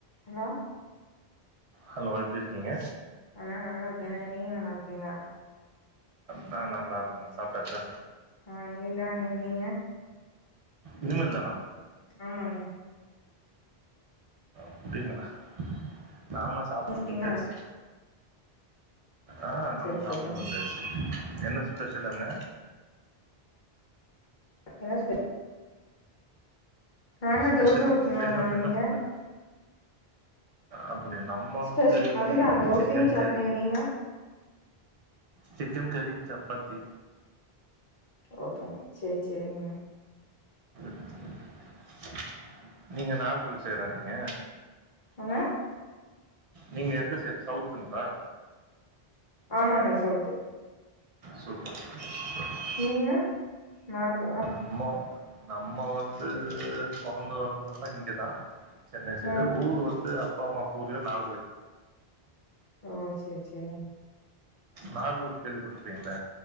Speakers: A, on the left; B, on the right.
A: Hello
B: hello எப்டி இருக்கீங்க
A: ஆ நா நல்லாருக்கே நீங்க நல்லா இருக்கீங்ளா
B: நா நல்லா இருக்கங்க சாப்ட்டாச்சா
A: ஆ இனிமே தாண்ணே நீங்க
B: இனி மேல் தானா
A: ஆமாணே
B: அப்டிங்ளா <unintelligible> சாப்ட்டு
A: சாப்ட்டீங்களா
B: முடிஞ்சாச்சு ஆ
A: சேரி
B: நம்ம சாப்ட்டு
A: சேரிங்கண்ணே
B: முடிஞ்சாச்சு என்ன ஸ்பெஷல் அங்க
A: என்ன ஸ் நாங்க
B: ஸ்பெஷளு
A: தோச ஊத்தணும்ண்ணா
B: இல்ல என்ன என்ன
A: நீங்க
B: ஃபுட்டுங்க அப்டியா நம் நம்மா
A: ஸ்பெஷ்
B: வந்து இன்னைக்கி
A: அதுதா தோசையு
B: சிக்கன்
A: சட்னியு
B: கறி
A: நீங்க
B: சிக்கன் கறி சப்பாத்தி
A: ஓகே சேரி சேரிங்கண்ணே
B: <inaudible> நீங்க நாகர்கோயில் சைடா நீங்க
A: அண்ணே
B: நீங்க எந்த சைடு சௌத்துங்ளா
A: ஆமாண்ணே சௌத்து
B: சூப்பர் சூப்பர் சூப்பர்
A: நீங்க நார்த்தா
B: நம்ம நம்ம வந்து பொறந்து வளந்ததுயெல்லா இங்கதா சென்னை சைடு
A: ஆ
B: ஊர் வந்து அப்பா அம்மா பூர்விகம் நாகர்கோவில்
A: ஓ சேர் சேரி
B: நாகர்கோவில் கேள்விபட்டுருக்கீங்கள